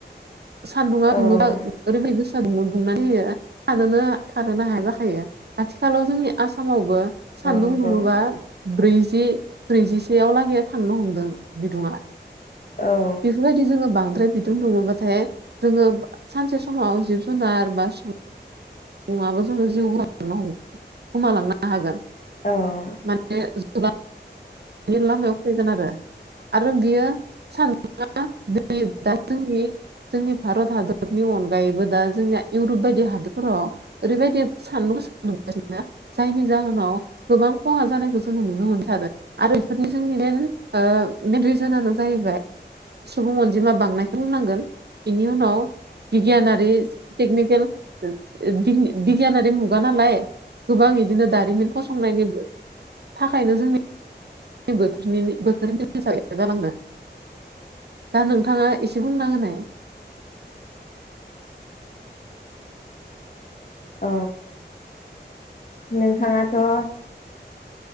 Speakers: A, on the right (about 65°); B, on the left (about 50°).
A: सान्दुङा
B: औ
A: दुङोबा
B: औ
A: ओरैबायदि <unintelligible> थानोनो हाया जाखायो आथिखालाव जोंनि आसामावबो सान्दुं
B: नंगौ
A: दुङोबा ब्रैजि ब्रैजिसेयाव लागै थांनो हमदों बिदुङा
B: औ औ
A: बेफोरबायदि जोङो बांद्राय बिदुं लुङोबाथाय जोङो सानसे समाव जिब जुनार बा सुबुं ङाबो जोङो जिउ गोमालांनो हमगोन गोमालांनो हागोन
B: औ
A: <unintelligible> लामायाव फैगोन आरो आरो बियो सानदुङा <unintelligible> दा जोंनि जोंनि भारत हादरनि अनगायैबो दा जोंनिया इउरप बायदि हादर फोरााव ओरैबायदि सानदुं गोसा दुंगासिनो जायनि जाहोनाव गोबां खहा जानायखौ जोङो नुनो मोनथादों आरो बेफोरनि जोंनि मेन मेन रिजोनानो जाहैबाय सुबुं अनजिमा बांनायखौ बुंनांगोन बेनि उनाव बिगियानारि टेकनिकेल बिगियानारि मुगा नालाय गोबां बिदिनो दारिमिन फसंनायनि थाखायनो जोंनि बोथोरनि <unintelligible> दा नोंथाङा एसे बुंना होनाय
B: ओ नोंथाङाथ ओ